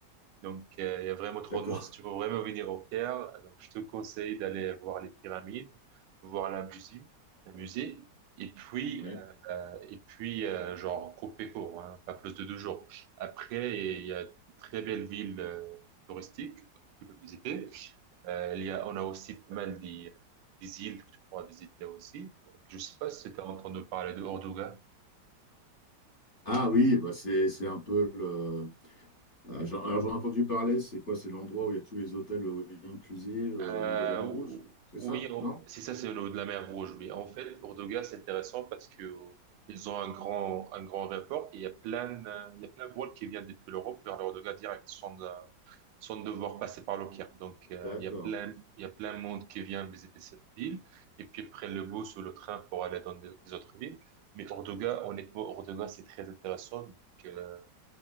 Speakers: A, on the right; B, on the left.
A: Donc, euh, il y a vraiment trop
B: d'accord.
A: de monde. Si tu veux vraiment venir au Caire, donc je te conseille d'aller voir les pyramides, voir la musée, la musée, et puis,
B: <laughs> Oui.
A: euh, euh, et puis euh, genre couper court, hein, pas plus de deux jours. Après, il y a de très belles villes euh, touristiques que tu peux visiter. Euh, il y a, on a aussi pas mal des, des îles que tu pourras visiter aussi. Donc, je sais pas si tu as entendu parler de Orduga.
B: Ah oui, bah c'est c'est un peu le. Ah, j'en- Alors j'en ai entendu parler. C'est quoi? C'est l'endroit où il y a tous les hôtels all inclusive euh,
A: Euh,
B: au niveau de la mer
A: ou-
B: Rouge. C'est
A: oui,
B: ça?
A: on-
B: Non?
A: c'est ça, c'est le- de la mer Rouge. Mais en fait, Ordoga, c'est intéressant parce que euh, ils ont un grand, un grand aéroport et il y a plein, euh, il y a plein de vols qui viennent depuis l'Europe vers l'Ordoga direct, sans, euh, sans devoir passer par le Caire. Donc, euh,
B: D'accord.
A: il y a plein, il y a plein de monde qui vient visiter cette ville et puis ils prennent le bus ou le train pour aller dans des, des autres villes. Mais Ordoga, honnêtement, Ordoga, c'est très intéressant. Donc, euh,